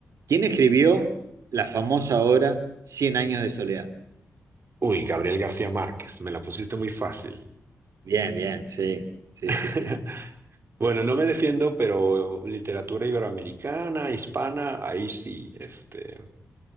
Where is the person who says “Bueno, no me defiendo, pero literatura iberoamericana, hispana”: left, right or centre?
Right